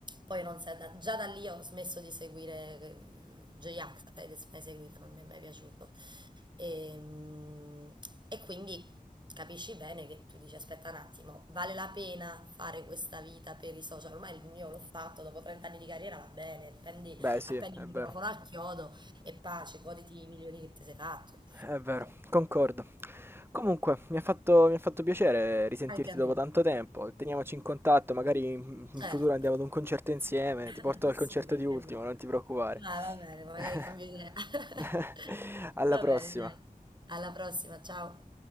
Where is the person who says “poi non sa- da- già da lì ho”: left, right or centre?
Right